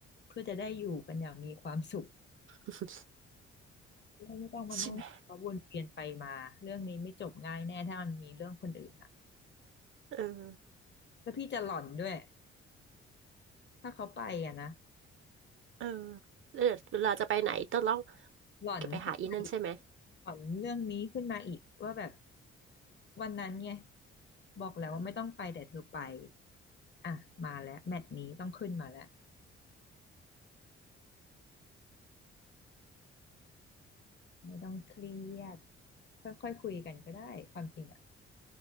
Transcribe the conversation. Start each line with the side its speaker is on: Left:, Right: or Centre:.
Left: เพื่อจะได้อยู่กันอย่างมีความสุข
Right: อ
Left: ไม่ต้องมานั่งเพราะวนเวียนไปมาเรื่องนี้ไม่จบง่ายแน่ถ้ามันมีเรื่องคนอื่นอ่ะ
Right: ใช่ไหมเออ
Left: แล้วพี่จะหล่อนด้วยถ้าเขาไปอ่ะนะ
Right: เออแล้วเดี๋ยวเวลาจะไปไหนต้องต้อง
Left: หล่อนขึ้น
Right: จะไปหาอีนั่นใช่ไหม
Left: หล่อนเรื่องนี้ขึ้นมาอีกว่าแบบวันนั้นไงบอกแล้วว่าไม่ต้องไปแต่เธอไปอ่ะมาแล้วแมตช์นี้ต้องขึ้นมาแล้วไม่ต้องเครียดค่อยๆคุยกันก็ได้ความจริงอ่ะ